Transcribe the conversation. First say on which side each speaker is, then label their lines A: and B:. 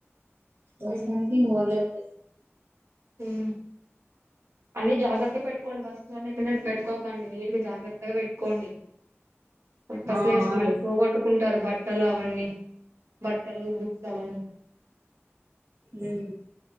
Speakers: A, on the right (about 55°); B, on the right (about 75°).
A: దోస్తానికి
B: హ్మ్
A: ఊర్లే ఉండేది
B: ఉమ్ అంటే జాగ్రత్త పెట్టుకోండి వస్తువులన్నీ <unintelligible> పెట్టుకోకండి, నీటిగా జాగ్రత్తగా పెట్టుకోండి. కొత్త
A: ఆ
B: ప్లేస్
A: అదే
B: మళ్ళీ పోగొట్టుకుంటారు బట్టలు అవన్నీ, బట్టలు బుక్స్ అవన్నీ
A: ఉమ్